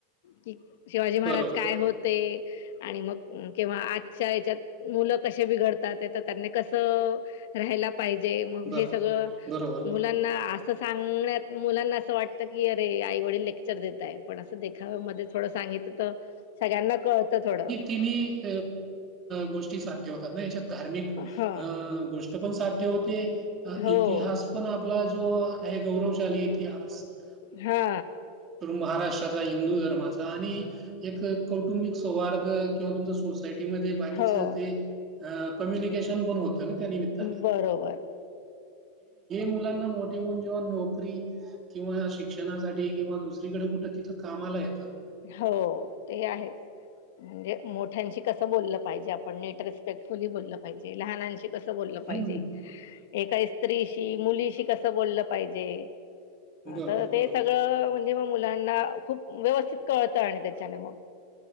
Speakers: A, on the left; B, on the right.
A: की शिवाजी महाराज
B: बरोबर.
A: काय होते. आणि मग कंवा आजच्या याच्यात मुलं कसे बिघडतात तर त्यांनी कसं - राहायला पाहिजे मग
B: बरं.
A: हे सगळं
B: बरोबर, बरोबर.
A: मुलांना - असं सांगण्यात मुलांना असं वाटतं की अरे आई वडील लेक्चर देत आहे पण असं देखाव्यामध्ये - थोडं सांगित तर सगळ्यांना कळत थोडं-
B: की मी गोष्टी साध्य होतात ना याच्यात! धार्मिक
A: हा
B: अ गोष्ट पण साध्य होते
A: हो
B: इतिहास - पण आपला जो आहे गौरवशाली इतिहास -
A: हा
B: महाष्ट्राचा हिंदू धर्माचा आणि एक कौटुंबिक सौहार्ग्र किंवा तुमच - सोसायटीमध्ये बाकीच
A: हो
B: ते कम्युनिकेशन पण हो - त्या निमित्ताने
A: बरोबर
B: मुलांना मोठे होऊन जेव्हा नोकरी - किंवा शिक्षणासाठी किंवा दुसरीकडे कुठं तिथं कामाला येतं.
A: हो ते आहेच- म्हणजे मोठ्यांशी कसं बोललं पाहिजे आपण नेट रेस्पेक्टफुली बोललं पाहिजे लहानांशी कसं - कस बोललं पाहिजे
B: हं.
A: एका स्त्रीशी मुलीशी कसं बोललं पाहिजे!
B: बरोबर,
A: तर
B: बरोबर.
A: ते सगळं म्हणजे म मुलांना खूप व्यवस्थित - कळत आणि तत्याच्याने मग